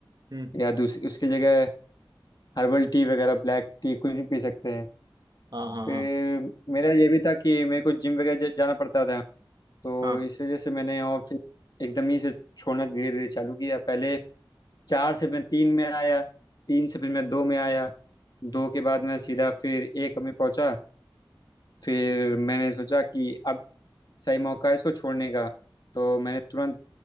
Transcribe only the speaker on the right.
हम्म
हाँ हाँ हाँ
हाँ